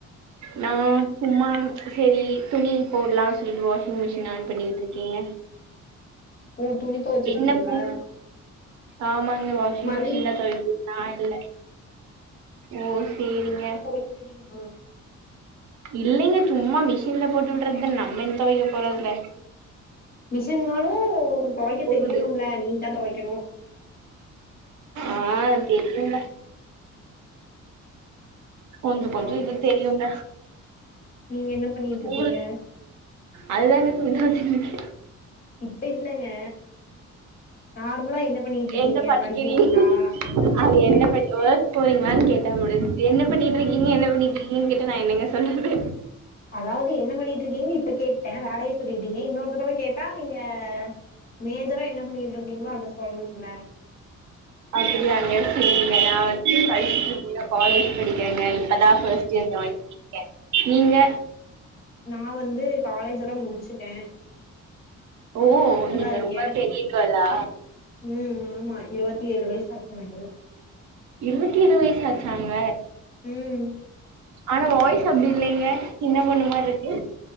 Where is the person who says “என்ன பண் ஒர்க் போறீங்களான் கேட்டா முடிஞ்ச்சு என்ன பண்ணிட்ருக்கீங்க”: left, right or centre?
Right